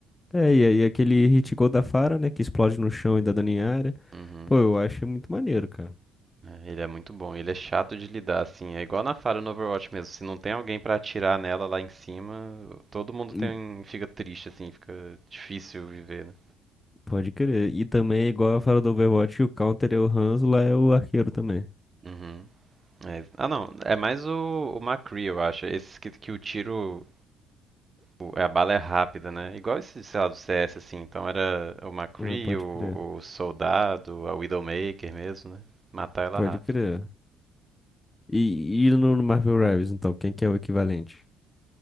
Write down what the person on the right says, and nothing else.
Uhum.
É, Ele é muito bom. Ele é chato de lidar, assim. É igual na Fara no Overwatch mesmo. Se não tem alguém pra atirar nela lá em cima, todo mundo tem,
fica triste, assim. Fica difícil viver, né?
Uhum. É, ah, não. É mais o, o McCree, eu acho. Esses que, que o tiro. o- é, A bala é rápida, né? Igual esse, sei lá, do CS, assim. Então era o McCree,
o,
o Soldado, a Widowmaker mesmo, né? Matar ela
rápido.